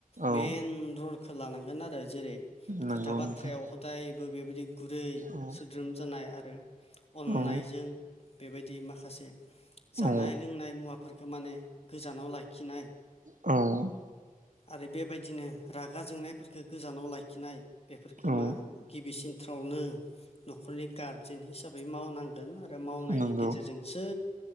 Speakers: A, on the right; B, on the left.
A: औ
B: मेन रलखौ लानांगोन आरो जेरै खोथा
A: नंगौ
B: बाथ्रायाव
A: नोंथां
B: हदायबो बेबायदि गुरै
A: औ
B: सोद्रोम जानाय आरो अननायजों
A: औ
B: बेबायदि माखासे जानाय
A: औ
B: लोंनाय मुवा फोरखो माने गोजानाव लाखिनाय
A: औ
B: आरो बेबायदिनो रागा जोंनायफोरफोरखौ गोजानाव लाखिनाय बेफोरफोरखौ
A: औ
B: मा गिबिसिनथ्रावनो न'खरनि गार जेन्ट हिसाबै मावनांगोन आरो मावनायनि
A: नंगौ
B: गेजेरजों सो